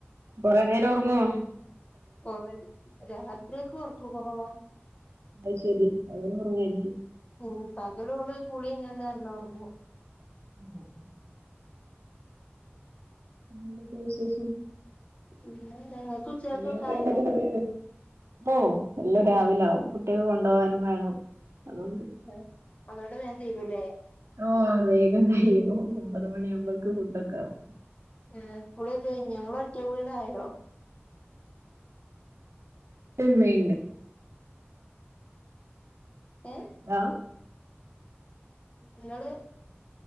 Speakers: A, on the right; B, on the left.
A: കൊറേ നേരോറ്ങ്ങോ
B: കൊറേ രാത്രിയോക്കെ ഓറക്ക് കൊറവാ
A: അത് ശെരി പകല് ഒറങ്ങായിരിക്കും
B: ഉം പകലോള് കുളിഴ്ഞ്ഞാണ്ട് നല്ലോം ഒറങ്ങും
A: <inaudible> പിന്നെത്താ വിശേഷം
B: പിന്നെന്താ ഉച്ചക്കൊക്കെ
A: കല്യാണം കഴിഞ്ഞിട്ട്
B: ആയോ
A: കൊറേ ആയോ ഓഹ് എല്ലും രാവിലാവും കുട്ട്യേക്ക്‌ കൊണ്ടോവാനും വേണം അതോണ്ട്
B: ആഹ് അതോണ്ട് വേം തീരൂല്ലേ
A: ഓഹ് വേഗം കയ്യും ഒമ്പത് മണിയാവുമ്പോക്ക് ഫുഡോക്കാവും
B: ഏഹ് കുളിയൊക്കെ കഴിഞ്ഞോ ഇങ്ങള് ഒറ്റ വീടായോ
A: ഇപ്പിം ഇമ്മിണ്ട്
B: ഏഹ്
A: ആഹ്
B: ഇങ്ങള്